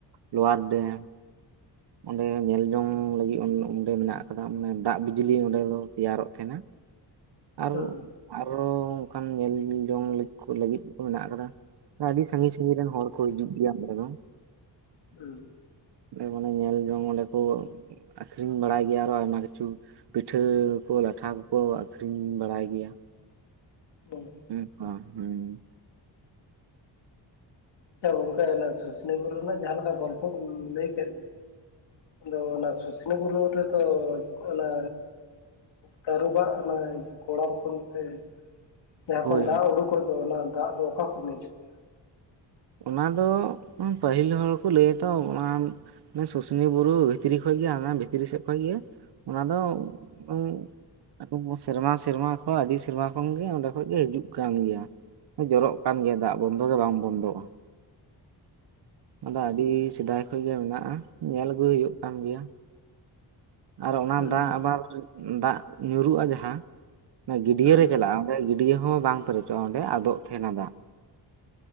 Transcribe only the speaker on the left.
ᱦᱮᱸ
ᱦᱮᱸ
ᱦᱮᱸ
<unintelligible>
ᱟᱪᱪᱷᱟ ᱜᱚᱢᱠᱮ ᱚᱱᱮ ᱥᱩᱥᱩᱱᱤᱭᱟᱹ ᱵᱩᱨᱩ ᱨᱮᱱᱟᱜ ᱡᱟᱦᱟᱸ ᱞᱮᱠᱟ ᱜᱚᱞᱯᱚ ᱠᱚ ᱞᱟᱹᱭ ᱠᱮᱫ ᱟᱫᱚ ᱚᱱᱟ ᱥᱩᱥᱩᱱᱤᱭᱟᱹ ᱵᱩᱨᱩ ᱨᱮ ᱫᱚ ᱚᱱᱟ ᱛᱟᱹᱨᱩᱵᱟᱜ ᱚᱱᱟ ᱠᱚᱲᱟᱢ ᱠᱷᱚᱱ ᱥᱮ ᱡᱟᱦᱟ
ᱠᱚ ᱫᱟᱜ
ᱩᱰᱩᱠᱚᱜ ᱫᱚ ᱚᱱᱟ ᱫᱟᱜ ᱫᱚ ᱚᱠᱟ ᱠᱷᱚᱱ ᱦᱤᱡᱩᱜ ᱜᱮᱭᱟ?
ᱦᱩᱸ
ᱦᱩᱸ